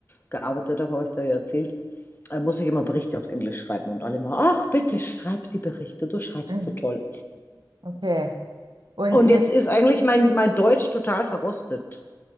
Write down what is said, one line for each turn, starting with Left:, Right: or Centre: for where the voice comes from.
Left: gearbeitet habe, habe ich da ja erzählt, äh, muss ich immer Berichte auf Englisch schreiben und alle mal, ach, bitte schreib die Berichte, du schreibst
Right: Mhm.
Left: so toll.
Right: Okay. Und
Left: Und
Right: jetzt
Left: jetzt ist eigentlich mein, mein Deutsch total verrostet.